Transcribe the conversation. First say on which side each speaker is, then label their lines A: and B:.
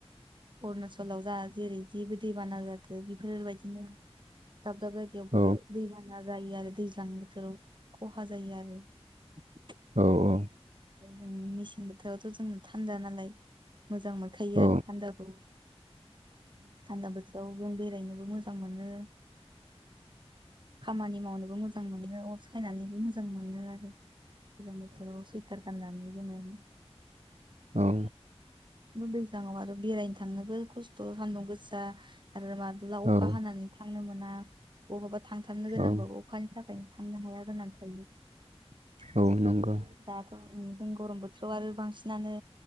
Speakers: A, on the right; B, on the right.
A: अरुणचलाव जा जेरै जेबो दैबाना जादो बेफोरबायदिनो दाब दाब जायगायावबो
B: औ
A: दैबाना जायो आरो दैज्लां बोथोराव खहा जायो आरो <inaudible>
B: औ-औ
A: उम मेसें बोथोरावथ' जों थान्दा नालाय मोजां मोनखायो
B: औ
A: आरो थान्दाखौ थान्दा बोथोराव जों बेरायनोबो मोजां मोनो खामानि मावनोबो मोजां मोनो अर सायनानैबो मोजां मोनो आरो गोजां बोथोराव सै <unintelligible>
B: औ
A: दैज्लांआव आरो बेरायनो थांनोबो खस्थ' सान्दुं गोसा आरो माब्ला अखा
B: औ
A: हानानै थांनो मोना बहाबा थांथारनो गोनांबाबो
B: औ
A: अखानि थाखायनो थांनो हाया गोनां <unintelligible>
B: औ नंगौ
A: दाथ' ओं गरम बोथोराव आरो बांसिनानो